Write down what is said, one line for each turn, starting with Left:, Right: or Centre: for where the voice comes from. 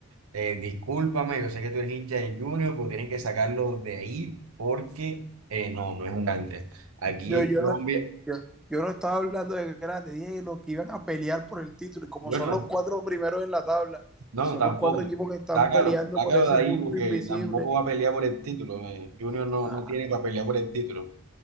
Right: Eh, discúlpame, yo sé que tú eres hincha de Junior, pero tienes que sacarlo de ahí porque eh, no, no es un grande. Aquí
Centre: Yo,
Right: en
Centre: yo,
Right: Colombia,
Centre: no, yo, yo no estaba hablando de grandes, dije los que iban a pelear por el título, y como
Right: bueno,
Centre: son los cuatro primeros en la tabla,
Right: no,
Centre: y son
Right: tampoco.
Centre: los cuatro equipos que están
Right: Sácalo,
Centre: peleando
Right: sácalo
Centre: por ese
Right: de ahí
Centre: punto
Right: porque
Centre: invisible.
Right: tampoco va a pelear por el título. eh, Junior no,
Centre: Ah,
Right: no tiene para pelear por el título.